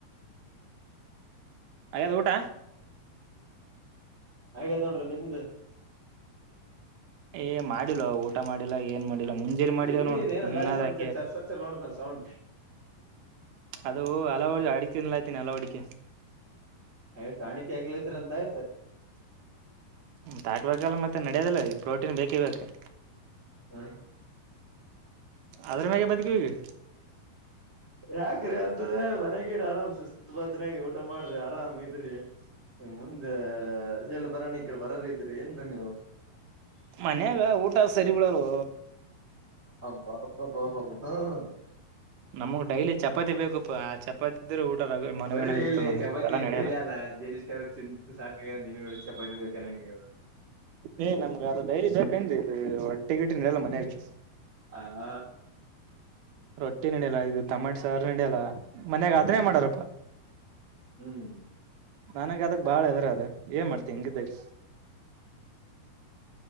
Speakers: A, on the right; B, on the right.
A: ಹಾಗೇದ ಊಟ
B: ಹಾಗೆ ನೋಡ್ರಿ ನಿಮ್ದ್.
A: ಏ -ಮಾಡಿಲ್ಲ ಊಟ ಮಾಡಿಲ್ಲ ಏನ್ ಮಾಡಿಲ್ಲ ಮುಂಜೆಲಿ ಮಾಡಿದೇವ
B: ಎಲ್ಲಿ
A: ನೋಡು
B: ಇದೇನ
A: ಇನ್ನಾದ್
B: ಗಾಳಿ ಸೌಂಡ್
A: ಹಾಗಂಗೆ
B: <unintelligible> ಮಾಡ್ತಾರ ಸೌಂಡ್
A: ಅದು ಹಲವು ಅಡ ತಿನ್ಲಾತನಿ ಹಲ ಹಡಿಕೆ.
B: ಎಯಷ್ಟುಟಾಣಿಕೆ ಆಗ್ಲೈತ್ರೀ <unintelligible> ಅಂತ ಆಯ್ತು
A: ತಾಕ್ಬೇಕಲ್ಲ ಮತ್ತೆ ನಡ್ಯದಲ್ಲ ಇಲ್ಲಿ ಪ್ರೋಟೀನ್ ಬೇಕೇ ಬೇಕು
B: ಹಾ
A: ಅದ್ರ ಮ್ಯಗಿ ಬದುಕವಿ
B: ಯಾಕ್ರಿ ಅಂತದೇ ಮನ್ಗಿರ ಆರಾಮ್ ಸುಸ್ತು ಬದ್ನಯಾಗ ಊಟ ಮಾಡ್ರಿ ಆರಾಮ್ ಇದ್ರಿ. ಇನ್ ಮುಂದ್ ರೆಜಲ್ಟ್ ಬರೋಣ ಈ ಕಡೆ ಬರೋರ ಇದ್ರಿ ಏನ್ರ ನೀವು.
A: ಮನ್ಯಾಗ ಊಟ ಸರಿ ಇಲ್ಲರ್ರಿ
B: ಅಬಬಬಬ <unintelligible>
A: ನಮಗ ಡೈಲಿ ಚಪಾತಿ ಬೇಕಪ್ಪಾ ಚಪಾತಿ ಇದ್ರೆ ಊಟ ಮನಗಣಂಗ
B: ಬರ್ರೀ
A: ಇರ್ತದೆ
B: ಇಲ್ಲಿ
A: ನಮ್ಗೆ
B: ಚಪಾತಿ
A: ಎಲ್ಲ ನಡೆಯಲ್ಲ
B: ಡೆಲಿ ಅದ ಡೆಲಿ ಚಪಾತಿ ತಿನ್ ಸಾಕಾಗೆದ ನಿನಗೋಳೇ ಚಪಾತಿ ಬೇಕ ಅನಂಗ ಆಗೇದ
A: ಏ ನಮ್ಗ ಅದ ಡೈಲಿ ಬೇಕಂದಿ ಇದ ರೊಟ್ಟಿ ಗಿಟ್ಟಿ ನಡಿಯಲ್ಲ ಮನ್ಯಾಗ
B: ಹಾ
A: ರೊಟ್ಟಿ ನಡಿಯಲ್ಲ ಇದು ತಮಾಟೆ ಸಾರ ನಡಿಯಲ್ಲ ಮನ್ಯಾಗ ಅದ್ನೇ ಮಾಡ್ಯಾರಪ್ಪ
B: ಹ್ಮ್
A: ನನಗ ಅದ್ ಬಾಳ ಹೆದರ ಅದ ಏನ್ ಮಾಡತಿ ಹಿಂಗಿದ್ದಾಗ